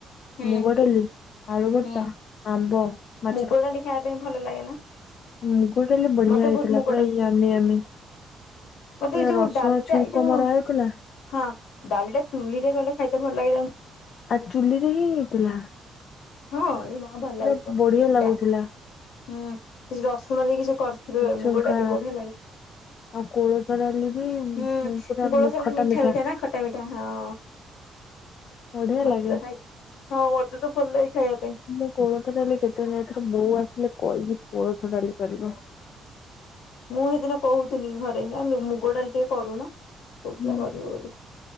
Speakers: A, on the left; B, on the left.
A: ହୁଁ
B: ମୁଗ ଡାଲି, ଆଳୁ ଭର୍ତା,
A: ହୁଁ
B: ଆମ୍ବ, ମା
A: ମୁଗ ଡାଲି ଖାଇବା ପାଇଁ ଭଲ ଲାଗେ ନା?
B: ମୁଗ ଡାଲି ବଢିଆ
A: ମତେ
B: ହେଇଥିଲା,
A: ବହୁତ ମୁଗ
B: ପୁରା
A: ଡାଲି
B: ୟାମି-ୟାମି।
A: ମତେ
B: ପୁରା
A: ଏଇ ଯୋଉ
B: ରସୁଣ
A: ଡାଲିଟା
B: ଛୁଙ୍କ
A: ଏଇ ଯୋଉ
B: ମରା ହେଇଥିଲା
A: ହଁ ଡାଲି ଟା ଚୁଲିରେ କଲେ ଖାଇତେ ଭଲ ଲାଗେ।
B: ଆ ଚୁଲିରେ ହିଁ ହେଇଥିଲା।
A: ହଁ ଏ ମ ଭଲ
B: ପୁରା
A: ଲାଗୁଥିବ,
B: ବଢିଆ ଲାଗୁଥିଲା
A: ଡା ହୁଁ କିଛି ରସୁଣ ଦେଇକି ସେ କରିଥିବେ
B: ଛୁଙ୍କା
A: ମୁଗ ଡାଲି ବଢି଼ଆ ଲାଗେ।
B: ଆଉ କୋଳଥ ଡାଲି ବି ଉଁ,
A: ହୁଁ <unintelligible>
B: ପୁରା ମି-
A: ଡାଲି
B: ଖଟା
A: ମିଠା-ମିଠା
B: ମିଠା
A: ନା ଖଟା ମିଠା ହଁ।
B: ବଢି଼ଆ
A: ମତେ
B: ଲାଗେ।
A: ତ ଖାଇ ହଁ ମତେ ତ ଭଲ ଲାଗେ ଖାଇଆ ପାଇଁ।
B: ମୁଁ କୋଳଥ ଡାଲି <unintelligible> ଏଥର ବୋଉ ଆସିଲେ କହିବି କୋଳଥ ଡାଲି କରିବ।
A: ମୁଁ ସେଇଦିନ କହୁଥିଲି ଘରେ ଜାଣିଲୁ ମୁଗ ଡାଲି ଟିକେ କରୁନ। କହୁଥିଲା
B: ହୁଁ,
A: କରିବ ବୋଲି,